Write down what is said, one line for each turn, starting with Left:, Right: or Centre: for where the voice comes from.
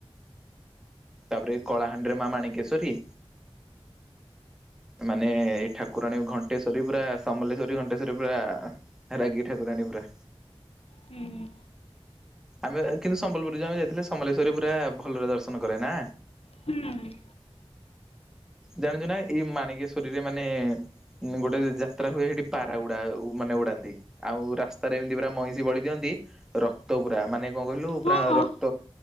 Centre: ତାପରେ ଏ କଳାହାଣ୍ଡି ରେ ମା ମାଣିକେଶ୍ଵରୀ ମାନେ ଏଇ ଠାକୁରାଣୀ ଘଣ୍ଟେଶ୍ଵରୀ ପୁରା ସମଲେଶ୍ଵରୀ, ଘଣ୍ଟେଶ୍ଵରୀ ପୁରା ରାଗି ଠାକୁରାଣୀ ପୁରା।
Left: ହୁଁ।
Centre: ଆମେ କିନ୍ତୁ ସମ୍ବଲପୁର ଯୋଉ ଆମେ ଯାଇଥିଲେ ସମଲେଶ୍ଵରୀ ପୁରା ଭଲରେ ଦର୍ଶନ କରେ ନା?
Left: ହୁଁ ହୁଁ।
Centre: ଜାଣିଚୁ ନା ଏଇ ମାଣିକେଶ୍ୱରୀ ରେ ମାନେ ଉଁ ଗୋଟେ ଯାତ୍ରା ହୁଏ ହେଠି ପାରା ଉଡା ଉ ମାନେ ଉଡାନ୍ତି। ଆଉ ରାସ୍ତାରେ ଏମିତି ପୁରା ମଇଁଷି ବଳି ଦିଅନ୍ତି ରକ୍ତ ଗୁରା ମାନେ କଣ କହିଲୁ ପୁରା
Left: ହଁ
Centre: ରକ୍ତ